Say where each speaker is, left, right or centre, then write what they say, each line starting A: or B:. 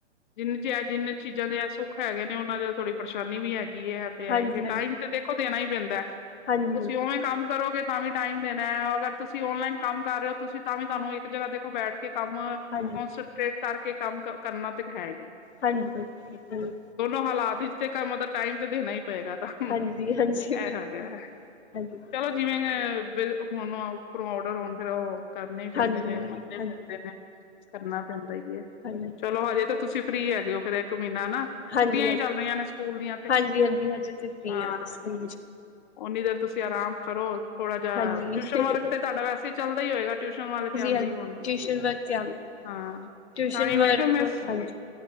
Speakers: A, on the left; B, on the left.
A: ਜਿਨ ਚ ਜਿੰਨਾ ਚੀਜ਼ਾਂ ਦੇ ਐ ਸੋ ਹੈਗੇ ਓਨਾਂ ਦੀ ਥੋੜੀ ਪਰੇਸ਼ਾਨੀ ਵੀ ਹੈ ਹੈਗੀ ਐ ਤੇ ਹੈ,
B: ਹਾਂਜੀ-ਹਾਂਜੀ, ਹਾਂਜੀ-ਹਾਂਜੀ,
A: ਟਾਈਮ ਤੇ ਦੇਖੋ ਦੇਣਾ ਹੀ ਪੈਂਦਾ
B: ਹਾਂਜੀ-ਹਾਂਜੀ,
A: ਤੁਸੀਂ ਓਵੇਂ ਕੰਮ ਕਰੋਗੇ ਤਾਂ ਵੀ ਟਾਈਮ ਦੇਨਾ ਐ, ਅਗਰ ਤੁਸੀਂ ਔਨਲਾਈਨ ਕੰਮ ਕਰ ਰਏ ਓ ਤੁਸੀਂ ਤਾਂ ਵੀ ਤਾਨੂੰ ਦੇਖੋ ਇਕ ਜਗਾ ਬੈਠ ਕੇ ਕੰਮ
B: ਹਾਂਜੀ-ਹਾਂਜੀ,
A: ਕੋਂਸਟਰੇੇਟ ਕਰ ਕੇ ਕੇ ਕੰਮ ਕਰਨਾ ਤੇ ਹੈ ਹੀ।
B: ਹਾਂਜੀ, ਹੂੰ।
A: ਦੋਨੋ ਹਾਲਾਤ ਵਿੱਚ ਤੇ ਮਤਬ ਟਾਈਮ ਤੇ ਦੇਨਾ ਹੀ ਪਏਗਾ ਤਾਂ ਹੁ,
B: ਹਾਂਜੀ ਹਾਂਜੀ
A: ਐਹ
B: ਬਿਲਕੁਲ
A: ਹੈਗਾ
B: ਹਾਂਜੀ
A: ਚਲੋ ਜਿਵੇਂ ਹੁਨ ਓਪਰੋਂ ਓਡਰ ਹੋਨ ਫੇਰ ਉਹ ਕਰਨੇ ਹੀ ਪੈਂਦੇ
B: ਹਾਂਜੀ
A: ਨੇ ਮਨਨੇ
B: ਹਾਂਜੀ
A: ਪੈਂਦੇ ਨੇ, ਕਰਨਾ ਪੈਂਦਾ ਈ ਏ,
B: ਹਾਂਜੀ
A: ਚਲੋ ਹਜੇ ਤਾਂ ਤੁਸੀਂ ਫਰੀ ਹੈਗੇ ਓ ਫੇਰ ਇੱਕ ਮੀਨਾ ਨਾ।
B: ਹਾਂਜੀ
A: ਛੁੱਟੀਆਂ
B: ਹਾਂਜੀ,
A: ਹੀ ਚੱਲ ਰਹੀਆਂ ਨੇ ਸਕੂਲ ਦੀਆਂ ਤੇ
B: ਹਾਂਜੀ ਹਾਂਜੀ ਹਜੇ ਤੇ ਫ੍ਰੀ
A: ਹਾਂ
B: ਆ ਸਕੂਲ
A: ਓਨੀ ਦੇਰ ਤੁਸੀਂ ਆਰਾਮ ਕਰੋ। ਥੋੜਾ ਜਿਹਾ,
B: ਹਾਂਜੀ
A: ਟਿਊਸ਼ਨ
B: ਹਾਂਜੀ
A: ਵਰਕ ਤੇ ਤੁਹਾਡਾ ਵੈਸੇ ਹੀ ਚੱਲਦਾ ਹੀ ਹੋਏਗਾ ਟਿਊਸ਼ਨ ਵਾਲੇ ਤੇ ਆਉਂਦੇ
B: ਹਾਂਜੀ
A: ਹੀ ਹੋਣਗੇ।
B: ਟਿਊਸ਼ਨ ਵਰਕ ਤੇ ਆਉਂਦਾ ਹੈ
A: ਹਾਂ
B: ਟਿਊਸ਼ਨ
A: ਟਾਈ ਮੈੰ
B: ਵਰਕ
A: ਕਿਹਾ ਮੈੰ
B: ਹਾਂਜੀ